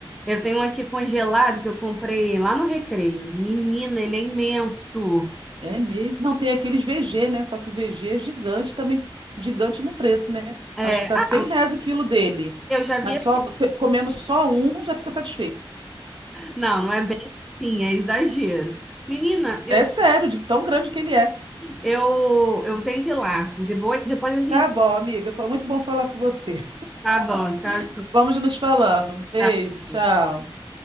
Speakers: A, in the centre; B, on the right.
A: eu tenho um aqui congelado que eu comprei lá no Recreio. Menina, ele é imenso.
B: É mesmo. Não, tem aqueles VG, né? Só que o VG é gigante também, gigante no preço, né?
A: É,
B: Acho que tá 100
A: ah,
B: reais o quilo dele.
A: eu já vi.
B: Mas só você comendo só um já fica satisfeito.
A: Não, não é bem assim, é exagero. Menina, eu,
B: É sério, de tão grande que ele é.
A: eu, eu tenho que ir lá. Depois, depois a gente.
B: Tá bom, amiga. Foi muito bom falar com você.
A: Tá bom, tchau,
B: <laughs> Vamos nos falando. Beijo,
A: tchau.
B: tchau.